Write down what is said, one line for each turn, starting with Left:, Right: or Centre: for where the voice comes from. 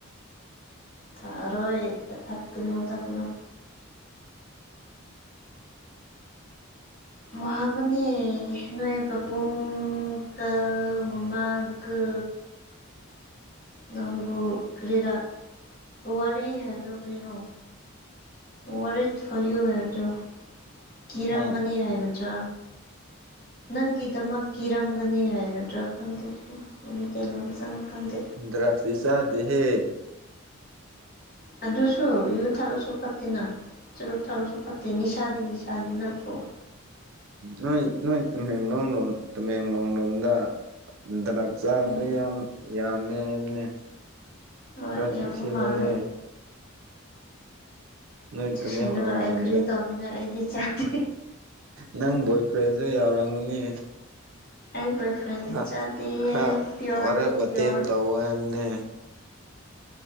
Left: ꯊꯥꯔꯣꯏ ꯊꯛꯀꯅꯨ ꯊꯛꯀꯅꯨ ꯋꯥꯕꯅꯤ ꯅꯣꯏ ꯄꯥꯕꯨꯡꯒ ꯃꯝꯃꯥꯒ
Right: <inaudible>
Left: ꯅꯪꯕꯨ ꯀꯔꯤꯔ ꯋꯥꯔꯤ ꯍꯥꯏꯕꯗꯣ ꯀꯔꯤꯅꯣ ꯋꯥꯔꯦꯠ ꯐꫭꫪꯌꯨ ꯍꯥꯏꯕꯗꯣ ꯀꯤꯔꯝꯒꯅꯤ
Right: ꯍꯥ
Left: ꯍꯥꯏꯒꯗ꯭ꯔꯥ ꯅꯪꯒꯤꯗꯃꯛ ꯀꯤꯔꯝꯒꯅꯤ ꯍꯥꯏꯒꯗ꯭ꯔꯥ ꯈꯪꯗꯦ ꯑꯩ ꯃꯩꯇꯩꯂꯣꯟꯣꯝ ꯐꯖꯅ ꯈꯪꯗꯦ
Right: ꯗ꯭ꯔꯒꯁꯇꯤ ꯆꯗꯦꯍꯦ
Left: ꯑꯗꯨꯁꯨ ꯌꯨ ꯊꯥꯔꯁꯨ ꯐꯠꯇꯦꯅ ꯆꯨꯔꯨꯛ ꯊꯥꯔꯁꯨ ꯐꯠꯇꯦ ꯅꯤꯁꯥꯗꯤ ꯅꯤꯁꯥꯗꯤ ꯅꯠꯇ꯭ꯔꯣ
Right: ꯅꯣꯏ ꯅꯣꯏ ꯇꯨꯃꯦꯡꯂꯣꯡ ꯂꯣꯝ ꯇꯨꯃꯦꯡꯂꯣꯡ ꯂꯣꯝꯗ ꯇꯂꯞ ꯆꯥꯕꯁꯨ
Left: ꯎꯝ
Right: ꯌꯥꯝ ꯌꯥꯝꯃꯦ ꯍꯥꯏꯕꯅꯦ
Left: ꯍꯣꯏ
Right: ꯈ꯭ꯔ ꯊꯛꯁꯤꯂꯛꯑꯦ
Left: ꯌꯥꯝꯕ ꯃꯥꯜꯂꯦ
Right: ꯅꯣꯏ
Left: ꯆꯦꯛꯁꯤꯟꯅꯤꯡꯉꯥꯏ
Right: ꯇꯃꯦꯡꯂꯣꯡ
Left: ꯑꯩ
Right: ꯔꯣꯝꯗ
Left: ꯀꯔꯤ ꯇꯧꯅꯤꯡꯉꯥꯏ ꯑꯩꯗꯤ ꯆꯥꯗꯦ
Right: ꯅꯪ ꯕꫭꯏ ꯐ꯭ꯔꯦꯟꯁꯨ ꯌꯥꯎꯔꯝꯒꯅꯤ
Left: ꯑꯩ ꯕꯣꯏ ꯐ꯭ꯔꯦꯟꯗꯤ
Right: <unintelligible>
Left: ꯆꯥꯗꯦ
Right: ꯈꯔ
Left: ꯄꯤꯌꯣꯔꯅꯤ
Right: ꯋꯥꯔꯦꯛ ꯋꯥꯇꯦꯝ
Left: ꯄꯤꯌꯣꯔ
Right: ꯇꯧ ꯍꯥꯏꯕꯅꯦ